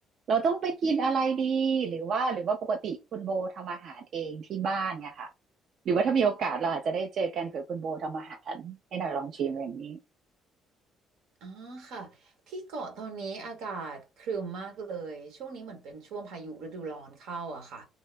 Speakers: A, on the right (about 55°); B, on the right (about 80°).
A: เราต้องไปกินอะไรดีหรือว่าหรือว่าปกติคุณโบทำอาหารเองที่บ้านเนี่ยค่ะหรือว่าถ้ามีโอกาสเราอาจจะได้เจอกันเผื่อคุณโบทำอาหารให้หน่อยลองชิมอย่างนี้
B: อ๋อค่ะ ที่เกาะตอนนี้อากาศครึ้มมากเลย ช่วงนี้เหมือนเป็นช่วงพายุฤดูร้อนเข้าอะค่ะ